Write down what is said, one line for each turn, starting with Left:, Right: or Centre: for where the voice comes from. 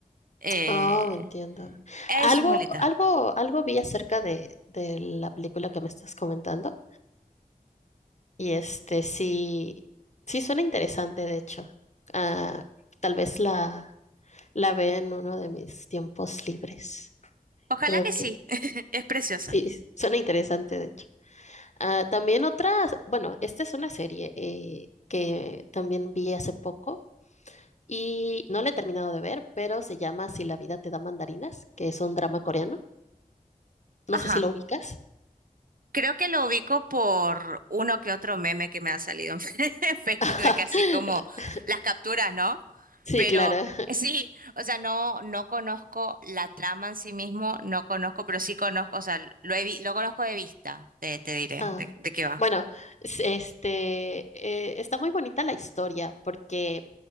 Right: Eh,
Left: Oh, entiendo.
Right: es
Left: Algo,
Right: muy linda.
Left: algo, algo vi acerca de, de la película que me estás comentando. Y este sí, sí suena interesante, de hecho. Ah, tal vez la, la vea en uno de mis tiempos libres.
Right: Ojalá
Left: Creo
Right: que sí,
Left: que
Right: <laughs> es preciosa.
Left: Sí, suena interesante, de hecho. Ah, también otras, bueno, esta es una serie eh, que también vi hace poco y no la he terminado de ver, pero se llama Si la vida te da mandarinas, que es un drama coreano. No
Right: Ajá.
Left: sé si lo ubicas.
Right: Creo que lo ubico por uno que otro meme que me ha salido en <laughs> Facebook
Left: <laughs>
Right: de que así como las capturas, ¿no?
Left: Sí,
Right: Pero
Left: claro.
Right: sí, o sea, no, no conozco la trama en sí mismo, no conozco, pero sí conozco, o sea, lo he vi- lo conozco de vista, te, te diré
Left: Ah,
Right: de, de qué va.
Left: bueno, s- este, eh, está muy bonita la historia porque